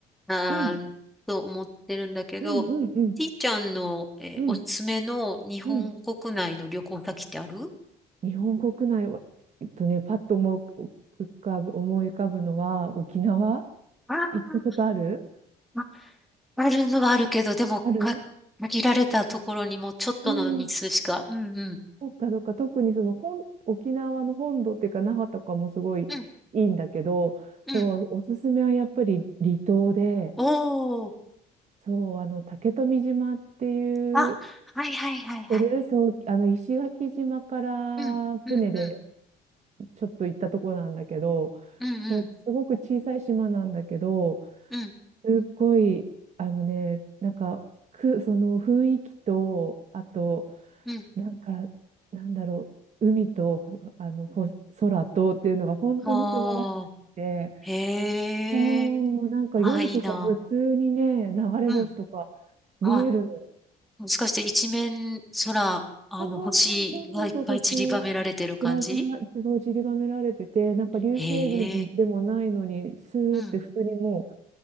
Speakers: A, in the centre; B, on the right (about 45°).
A: あーと思ってるんだけど、
B: うん、うん、うん、うん、
A: ちいちゃんの、えーおすすめの日本国内の旅行先ってあるう
B: うん、うん。日本国内は、えっとね、パッと思う、浮かぶ、思い浮かぶのは、沖縄
A: んあ
B: 行ったことある
A: ー、ああるのはあるけど、でも、
B: ある
A: か限られたところにもうちょっとの日数しか。
B: うん
A: うんうん。
B: そっかそっか、特にその本、沖縄の本土っていうか、那覇とかもすごいいいんだけど、
A: うんうん。
B: そう、おすすめはやっぱり離島で、
A: おー。
B: そう、あの、竹富島っていう、
A: あ、はいはいはいはい。
B: 知ってるそう、あの、石垣島から船で
A: うんうんうん。
B: ちょっと行ったところなんだけど、
A: うんうん
B: そう、すごく小さい島なんだけど、
A: うん
B: すっごい、あのね、なんか、く、その雰囲気と、あと、
A: うん。
B: なんか、なんだろう、海と、あの、ほ、空とっていうのが本当に素晴らしくて、
A: ああ。へえ。
B: もう、なんか夜とか普通にね、
A: ああ、いいな。
B: 流れ星とか
A: うん。
B: 見えるの。
A: あ、もしかして一面空、あの、
B: そうそうそうそう、
A: 星がいっぱい散りばめられてる感じ
B: 星、散らばそう散りばめられてて、なんか流星群でもないのに、
A: へえ。
B: スーって普通にも
A: うん。